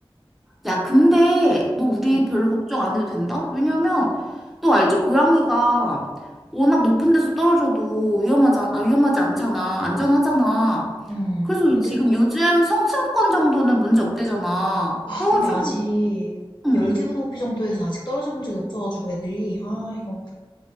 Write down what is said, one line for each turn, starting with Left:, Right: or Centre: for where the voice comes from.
Centre: 야, 근데 너 우리
Left: 응.
Centre: 별로 걱정 안 해도 된다? 왜냐면 너 알지? 고양이가 워낙 높은 데서 떨어져도 위험하지, 아, 위험하지 않잖아. 안전하잖아.
Left: 응
Centre: 그래서
Left: 근데
Centre: 지금 요즘 성층권 정도는 문제 없대잖아.
Left: 아,
Centre: 그래가지고,
Left: 근데 아직
Centre: 음.
Left: 열기구 높이 정도에서는 아직 떨어져 본 적이 없어가지고 애들이 아 이거